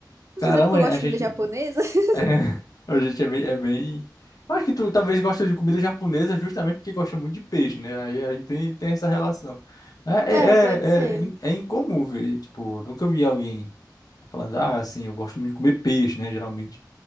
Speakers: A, on the right; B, on the left.
A: Não
B: Caramba,
A: sei se é porque eu
B: a
A: gosto de
B: gente.
A: comida japonesa.
B: <laughs>
A: <laughs>
B: É, A gente é bem, é bem. Eu acho que tu talvez gosta de comida japonesa justamente porque gosta muito de peixe, né? Aí, aí tem, tem essa relação. É,
A: É,
B: é,
A: pode ser.
B: é, é, in- é incomum ver, tipo, nunca vi alguém falando, ah, assim, eu gosto muito de comer peixe, né? Geralmente